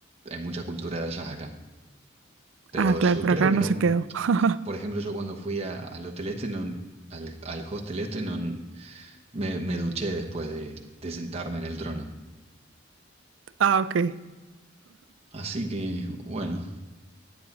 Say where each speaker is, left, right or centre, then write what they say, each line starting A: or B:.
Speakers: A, on the right; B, on the right.
A: hay mucha cultura de allá acá. Pero
B: Ah,
A: yo
B: claro, por
A: creo
B: acá
A: que
B: no
A: no,
B: se quedó. <laughs>
A: por ejemplo, yo cuando fui a- al hotel este, no, al, al hostel este, no, me, me duché después de, de sentarme en el trono.
B: Ah, ok.
A: Así que, bueno,